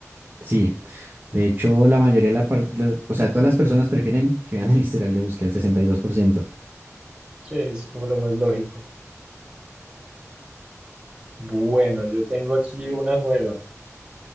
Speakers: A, on the right; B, on the right.
A: Sí, de hecho, la mayoría de la, par- de- o sea, todas las personas prefieren que vean el historial de búsqueda, el 62%.
B: Sí, es como lo más lógico. Bueno, yo tengo aquí una nueva.